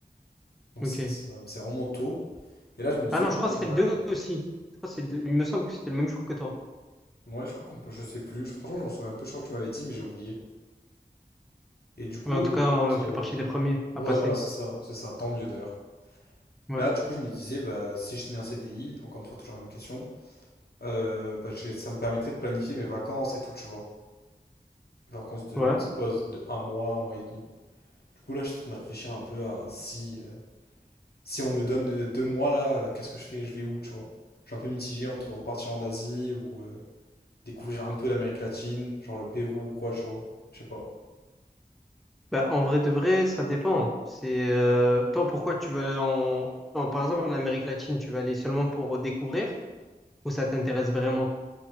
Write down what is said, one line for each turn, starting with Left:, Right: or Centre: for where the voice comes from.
Left: Donc,
Centre: Ok.
Left: c'est c'est, euh, c'est vraiment tôt. Et là, je me disais,
Centre: Ah non,
Left: du
Centre: je crois
Left: coup,
Centre: que
Left: bah,
Centre: c'est le 2 aussi. Je crois que c'est le 2. Il me semble que c'était le même jour que toi.
Left: ouais, je crois qu'on peut, je sais plus. Je- Franchement, je m'en souviens un peu. Je crois que tu m'avais dit, mais j'ai oublié. Et du coup,
Centre: Mais en tout
Left: le
Centre: cas,
Left: but,
Centre: on a
Left: euh,
Centre: fait partie des premiers à
Left: ouais,
Centre: passer.
Left: voilà, c'est ça, c'est ça. Tant mieux, d'ailleurs.
Centre: Ouais.
Left: Là, du coup, je me disais, bah, si je tenais un CDI, encore une fois, toujours la même question. Euh, bah, je vais- ça me permettrait de planifier mes vacances et tout, tu vois. Les vacances de
Centre: Ouais.
Left: ma petite pause de un mois, un mois et demi. Du coup, là, je suis en train de réfléchir un peu à si, euh, si on me donne euh, deux mois, là, euh, qu'est-ce que je fais? Je vais où, tu vois? Je suis un peu mitigé entre repartir en Asie ou euh, découvrir un peu l'Amérique latine, genre le Pérou ou quoi, tu vois. Je sais pas.
Centre: Bah, en vrai de vrai, ça dépend. C'est euh, toi, pourquoi tu veux en... en- Par exemple, en Amérique latine, tu vas aller seulement pour découvrir ou ça t'intéresse vraiment?